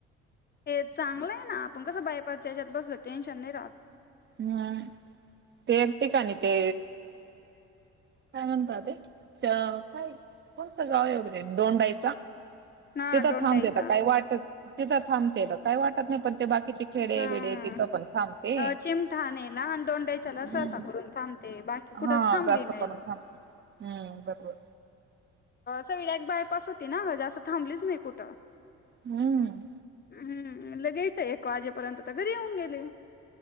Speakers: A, on the left (about 30°); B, on the right (about 35°).
A: हे चांगलं आहे ना आपण कसं बायपास यायच्यात बसलं टेन्शन नाही राहत.
B: हम्म ते एक ठिकणी ते काय म्हणतात ते काय कोणसं गाव आहे वगैरे दोंडायचा.
A: हा
B: तिथं
A: दोंडाईचा
B: थांबतेेत काय वाटत तिथं थांबतेेत काय वाटत नाही. पण ते बाकीचे खेडे
A: हा
B: बिडे तिथं पण थांबते
A: चिमठाणेला आणि दोंडाईचाला
B: हम्.
A: सहसाकडून थांबते बाकी कुठंच
B: हा
A: थांबली
B: जास्त
A: नाही.
B: करून थांबत हम्म बरोबर.
A: सगळी एक बायपास होती ना असं थांबलीच नाही कुठं.
B: हम्म.
A: हम् लगेट एक वाजेपर्यंत तर घरी येऊन गेले.